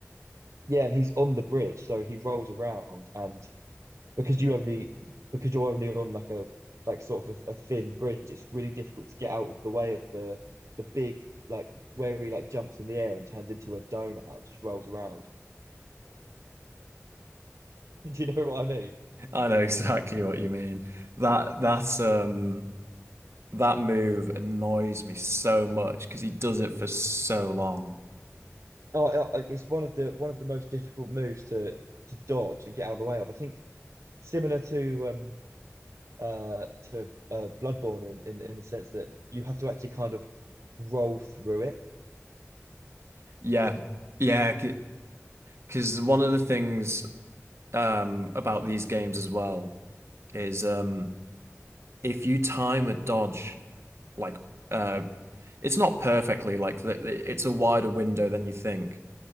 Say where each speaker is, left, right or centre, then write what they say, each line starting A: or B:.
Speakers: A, on the right (about 70°); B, on the right (about 55°).
A: Yeah, and he's on the bridge, so he rolls around, and because you only because you're only on like a like sort of a, a thin bridge, it's really difficult to get out of the way of the the big like where he like jumps in the air and turns into a donut, just rolls around. <laughs> Do you know what I mean?
B: <laughs> I know exactly what you mean. That that's um that move annoys me so much because he does it for so long.
A: Oh, it- it's one of the one of the most difficult moves to to dodge and get out of the way of. I think similar to um uh to uh Bloodborne in, in in the sense that you have to actually kind of roll through it.
B: Yeah. Yeah, because <sighs> one of the things um about these games as well is um if you time a dodge like uh it's not perfectly like that it's a wider window than you think.